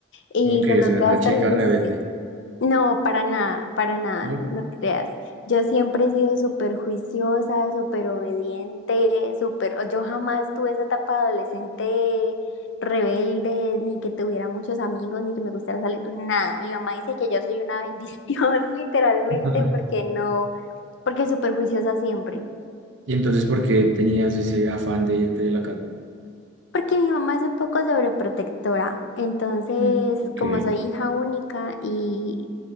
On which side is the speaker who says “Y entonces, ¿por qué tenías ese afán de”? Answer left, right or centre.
Right